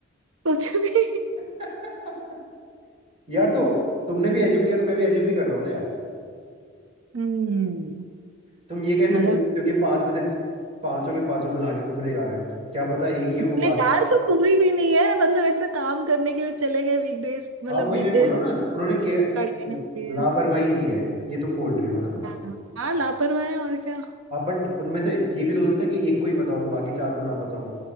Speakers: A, on the right; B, on the right.
A: कुछ भी
B: <laughs> यार तो तुमने भी एज्यूम किया तो मैं भी एज्यूम ही कर रहा हूँ ना यार
A: हम्म
B: तुम ये कैसे
A: मतलब
B: बोल सकते हो कि पांच में से पांचों के पांचों गुनाह गुनहगार हैं क्या पता एक ही हो
A: बेकार
B: बाकी
A: तो कोई भी नहीं है मतलब ऐसा काम करने के लिए चले गए वीकडेज मतलब
B: हाँ वही
A: वीकडेज
B: मैं बोल रहा हूँ ना उन्होंने किया
A: करने के लिए
B: लापरवाही की है ये तुम बोल रही हो ना
A: हाँ हाँ, लापरवाह है और क्या
B: हाँ बट उनमें से ये भी तो हो सकता है कि एक को ही पता हो बाकी चार को ना पता हो